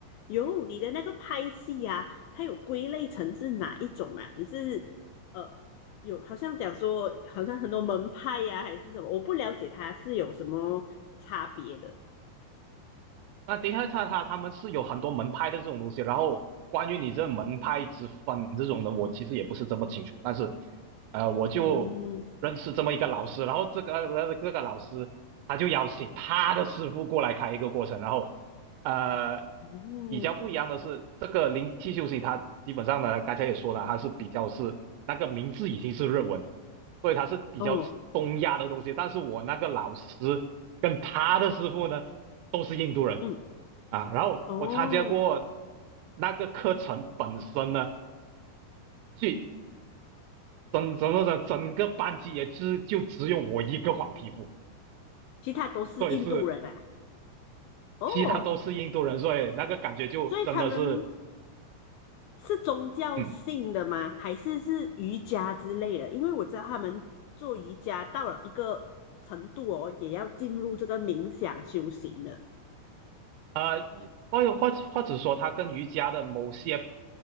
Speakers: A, on the left (about 85°); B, on the right (about 90°).
A: 有你的那个派系啊，它有归类成是哪一种啊？你是呃有好像讲说，好像很多门派呀、还是什么？我不了解它是有什么差别的。
B: 那等一下，他他他们是有很多门派的这种东西，然后关于你这门派之分这种的，我其实也不是这么清楚，但是呃，我就认识这么一个老师，
A: 嗯，
B: 然后这个呃这个老师他就邀请他的师傅过来开一个过程，然后呃
A: 哦，
B: 比较不一样的是，这个灵气修行它基本上呢，刚才也说了，它是比较是那个名字已经是日文，所以它是比较东亚的东西，
A: 哦，
B: 但是我那个老师。跟他的师傅呢都是印度人
A: 嗯，
B: 啊。然后我参加过
A: 哦，
B: 那个课程本身呢，去整整个整个班级也只就只有我一个黄皮肤，
A: 其他都是印度人啊。
B: 所以是
A: 哦，
B: 其他都是印度人，所以那个感觉就真的是
A: 所以他们是宗教性的吗？
B: 嗯
A: 还是是瑜伽之类的？因为我知道他们做瑜伽到了一个程度哦，也要进入这个冥想修行的
B: 啊、呃，或或或者说，它跟瑜伽的某些